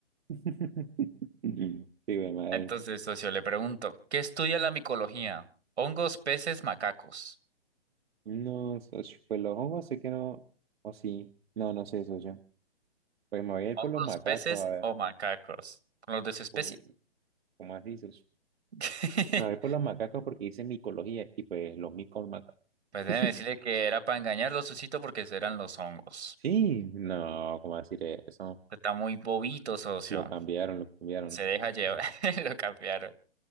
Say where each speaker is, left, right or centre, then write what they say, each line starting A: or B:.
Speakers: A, on the right; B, on the right.
A: <laughs> Sí, güey, madre.
B: Entonces, socio, le pregunto, ¿qué estudia la micología? ¿Hongos, peces, macacos?
A: No, socio. Pues los hongos sé que no. O sí. No, no sé, socio. Pues me voy a ir
B: ¿Hongos,
A: por los macacos,
B: peces
A: a ver.
B: o macacos? ¿Con los de su especie?
A: ¿Cómo, cómo así, socio?
B: <laughs>
A: Me voy por los macacos porque dice micología y pues los micos macacos.
B: Pues
A: <laughs>
B: déjeme decirle que era para engañarlo, Susito, porque eran los hongos.
A: Sí, no, ¿cómo decir eso?
B: Está muy bobito, socio.
A: Lo cambiaron, lo cambiaron.
B: Se deja llevar. <laughs> Lo cambiaron.